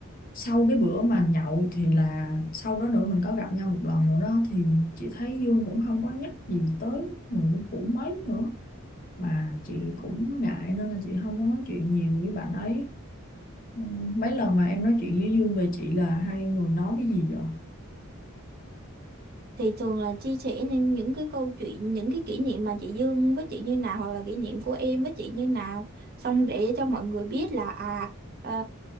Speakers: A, on the left; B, on the right.
A: sau cái bữa mà nhậu thì là sau đó nữa mình có gặp nhau một lần nữa đó thì chị thấy Dương cũng không có nhắc gì tới người cũ mấy nữa mà chị cũng ngại nên là chị không có nói chuyện nhiều với bạn ấy Ừ, mấy lần mà em nói chuyện với Dương về chị là hai người nói cái gì vậy
B: thì thường là chia sẻ những những cái câu chuyện những cái kỷ niệm mà chị Dương với chị như nào hoặc là kỷ niệm của em với chị như nào xong để cho mọi người biết là à ờ,